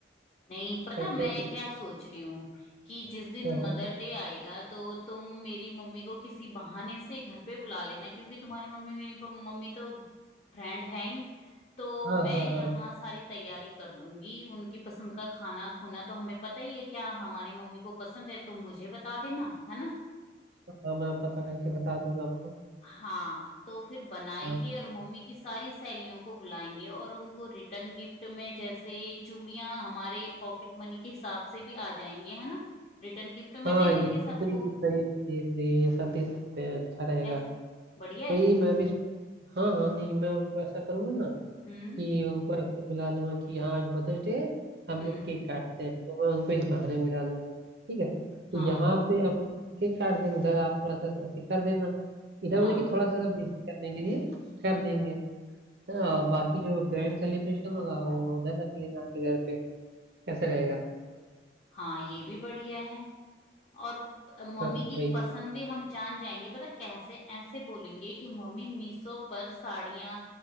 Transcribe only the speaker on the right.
बैठे
थे
हाँ
हाँ
हाँ
हाँ हाँ
हाँ मैं पता करके बता दूंगा आपको
हाँ
हाँ
ये सही
सही सही सही ये सब दे सकते हैं अच्छा रहेगा
वही
मैं भी हाँ हाँ नहीं मैं उनको ऐसा करूंगा ना
कि उनको ऐसे बुला लूंगा कि हाँ आज मदर्स डे हम
लोग केक काटते हैं तो मैं उनको इस बहाने बुला लूंगा ठीक है तो
यहाँ पे हम केक काट देंगे उधर आप थोड़ा सा ऐसे कर देना इधर
मतलब कि थोड़ा सा बिजी करने के लिए कर देंगे हाँ और बाकी जो ग्रैंड सेलिब्रेशन होगा वो उधर रख लेना आपके घर पे कैसे रहेगा
हाँ
भाई